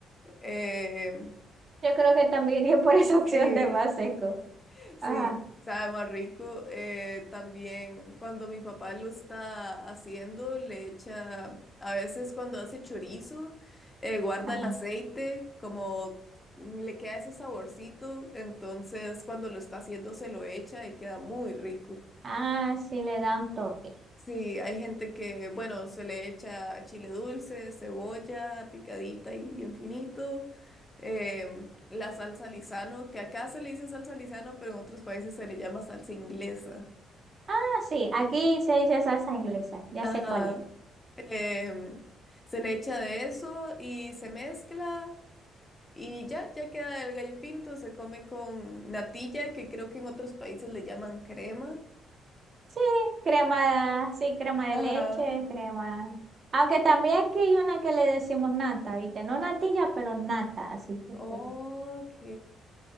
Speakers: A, on the left; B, on the right.
A: Eh,
B: Yo creo que también <laughs> iría por esa
A: sí,
B: opción de más seco.
A: <laughs> sí,
B: Ajá.
A: sabe más rico. Eh, también cuando mi papá lo está haciendo, le echa, a veces cuando hace chorizo, eh, guarda
B: Ajá.
A: el aceite, como le queda ese saborcito, entonces cuando lo está haciendo se lo echa y queda muy rico.
B: Ah, sí, le da un toque.
A: Sí, hay gente que, bueno, se le echa chile dulce, cebolla picadita y bien finito. em, la salsa Lizano, que acá se le dice salsa Lizano, pero en otros países se le llama salsa inglesa.
B: Ah, sí, aquí se dice salsa inglesa, ya
A: Ajá.
B: sé cuál es.
A: em, se le echa de eso y se mezcla y ya, ya queda el gallo pinto. Se come con natilla, que creo que en otros países le llaman crema.
B: Sí, crema, sí, crema de
A: Ajá.
B: leche, crema. Aunque también aquí hay una que le decimos nata, ¿viste? No natilla, pero nata, así que
A: Ok.
B: pero-